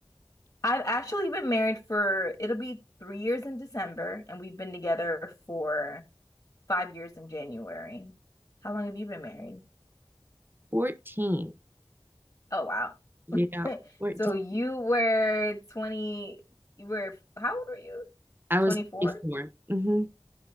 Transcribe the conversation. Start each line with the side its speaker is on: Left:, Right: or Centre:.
Left: I've actually been married for it'll be three years in December, and we've been together for five years in January. How long have you been married?
Right: 14.
Left: Oh, wow.
Right: Yeah,
Left: <laughs>
Right: 14.
Left: So you were 20, you were, how old were you?
Right: I
Left: 24?
Right: was 24. Mm-hmm.